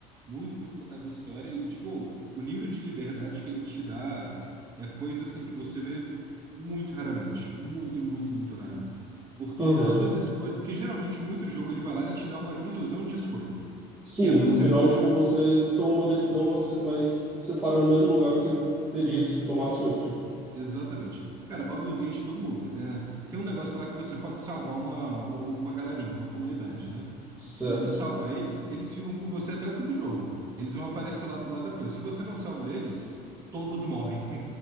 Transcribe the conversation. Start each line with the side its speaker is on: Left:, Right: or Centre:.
Right: Muito, muito focado em história e, tipo, o nível de liberdade que ele te dá é coisa, assim, que você vê muito raramente. Muito, muito, muito raro. Porque
Centre: Aham.
Right: as suas escolhas... Porque, geralmente, muito jogo, ele vai lá e ele te dá uma ilusão de escolha.
Centre: Sim,
Right: Que é você
Centre: no final,
Right: pode...
Centre: tipo, você toma uma decisão, mas mas você para no mesmo lugar que você teria se tomasse outra.
Right: Exatamente. Cara, Baldur's Gate tudo muda. É, tem um negócio lá que você pode salvar uma, um, uma galerinha, uma comunidade, né?
Centre: Certo.
Right: Se você salva eles, eles ficam com você até o fim do jogo. Eles vão aparecer lá, lá depois. Se você não salva eles, todos morrem.